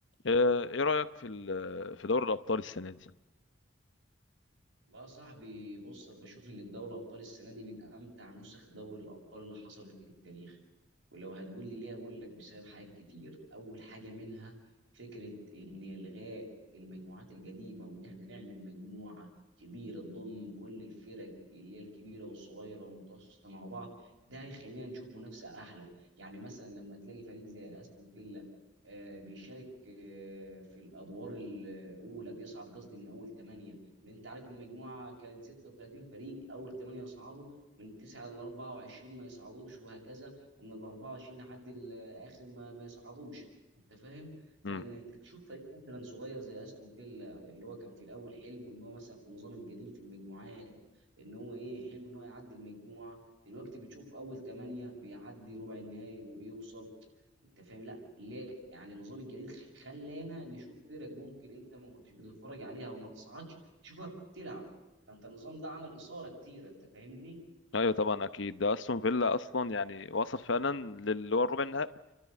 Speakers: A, on the left; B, on the right.
A: آه، ايه رأيك في ال- في دوري الأبطال السنة دي؟
B: والله يا صاحبي بص انا بشوف ان الدوري الابطال السنه دي من امتع نسخ دوري الابطال اللي حصلت في التاريخ ولو هتقول لي ليه اقول لك بسبب حاجات كتير اول حاجه منها فكره ان الغاء المجموعات القديمه وان احنا نعمل مجموعه كبيره تضم كل الفرق اللي هي الكبيره والصغيره والمتوسطه مع بعض ده هيخلينا نشوف منافسه احلى يعني مثلا لما تلاقي فريق زي استون فيلا آه، بيشارك آه، في الادوار الاولى بيصعد قصدي من اول ثمانيه ان انت عارف المجموعه كانت 36 فريق اول 8 يصعدوا من 9 ل 24 ما يصعدوش وهكذا ومن ال 24 لحد ال اخر ما, ما يصعدوش انت فاهم فان
A: امم
B: انت تشوف فريق مثلا صغير زي استون فيلا اللي هو كان في الاول حلم ان هو مثلا في النظام القديم في المجموعات ان هو ايه حلم ان هو يعدي المجموعه دلوقتي بتشوف اول 8 بيعدي ربع النهائي وبيوصل انت فاهم لا ليه يعني النظام الجديد خ- خلانا نشوف فرق ممكن انت ما كنتش بتتفرج عليها وما تصعدش تشوفها بتلعب فانت النظام ده عمل اثاره كتير انت فاهمني
A: ايوه طبعا اكيد ده استون فيلا اصلا يعني وصل فعلا للي هو الربع النهائي